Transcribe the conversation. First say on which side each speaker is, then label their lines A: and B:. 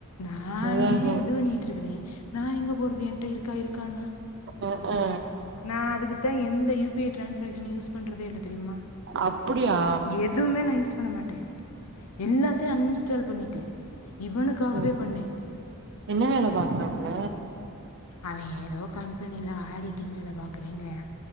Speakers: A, on the left; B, on the right.
A: நானே
B: அதானே
A: இது பண்ணிட்டு இருக்கறே நா எங்க போறது என்ட்ட இருக்கா இருக் கானா
B: அ ஆ
A: நா அதுக்குத்தே எந்த U P I transaction use பண்றதே இல்ல தெரியுமா
B: அப்புடியா
A: எதுவுமே நான் யூஸ் பண்ண மாட்டேன் எல்லாத்தயு அன் இன்ஸ்டால் பண்ணிட்டேன் இவனுக்காகவே
B: ஓ
A: பண்ணேன்
B: என்ன வேல பாக்றாப்ல
A: அவன் ஏதோ கம்பெனில ஆடி ட்டிங் வேல பாக்கறேன்கிறான்